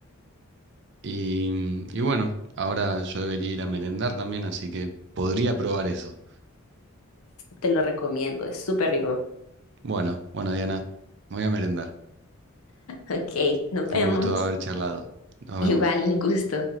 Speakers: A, on the right (about 50°); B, on the left (about 75°).
A: Y, y bueno, ahora yo debería ir a merendar también, así que podría probar eso.
B: te lo recomiendo, es súper rico.
A: Bueno, bueno, Diana, me voy a merendar.
B: Ok, nos
A: Fue
B: vemos.
A: un gusto haber charlado. Nos
B: Igual,
A: vemos.
B: un gusto.